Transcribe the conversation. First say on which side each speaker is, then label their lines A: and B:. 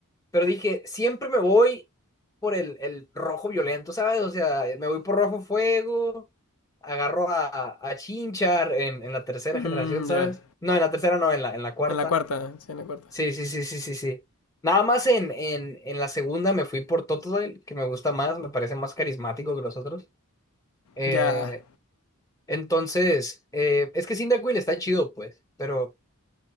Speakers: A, on the left; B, on the left.
A: Pero dije, siempre me voy por el, el rojo violento, ¿sabes? O sea, me voy por rojo fuego, agarro a, a Chinchar en, en la tercera
B: Mm,
A: generación, ¿sabes?
B: ya,
A: No, en la tercera no, en la, en la cuarta.
B: en la cuarta, sí, en la cuarta.
A: Sí, sí, sí, sí, sí, sí. Nada más en, en, en la segunda me fui por Totodile, que me gusta más, me parece más carismático que los otros. Eh,
B: Ya,
A: entonces, eh, es que Cyndaquil está chido, pues, pero,